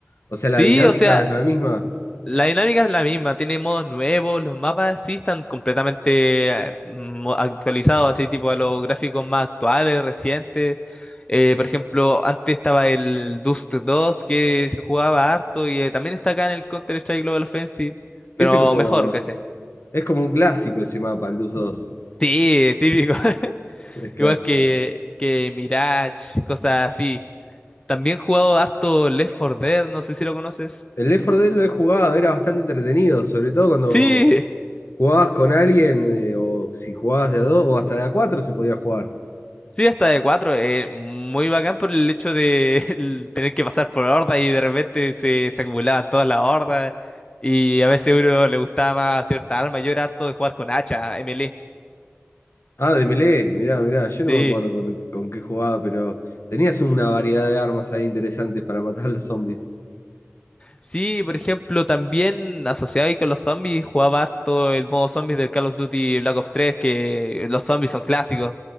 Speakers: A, on the left; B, on the left.
A: O sea,
B: Sí,
A: la dinámica
B: o sea,
A: es la misma.
B: La dinámica es la misma, tiene modos nuevos, los mapas sí están completamente eh, mo- actualizados, así tipo a los gráficos más actuales, recientes. Eh, por ejemplo, antes estaba el Dust 2 que se jugaba harto y eh, también está acá en el Counter-Strike Global Offensive,
A: Ese
B: pero
A: como,
B: mejor, ¿cachai?
A: es como un clásico ese mapa, el Dus 2.
B: Sí, típico. <laughs>
A: Es clásico,
B: Igual que,
A: sí.
B: que Mirage, cosas así. También he jugado harto Left 4 Dead, no sé si lo conoces.
A: El Left 4 Dead lo he jugado, era bastante entretenido, sobre todo cuando
B: Sí,
A: jugabas con alguien, eh, o si jugabas de a 2, o hasta de a 4 se podía jugar.
B: Sí, hasta de cuatro. eh, muy bacán por el hecho de <laughs> el tener que pasar por hordas y de repente se, se acumulaban todas las hordas. Y a veces a uno le gustaba más cierta arma. Yo era harto de jugar con hacha, melee.
A: Ah, de melee, mirá, mirá, yo
B: Sí.
A: no me acuerdo con, con qué jugaba, pero tenías una variedad de armas ahí interesantes para matar a los zombies.
B: Sí, por ejemplo, también asociado ahí con los zombies, jugaba harto el modo zombies del Call of Duty Black Ops tres que los zombies son clásicos.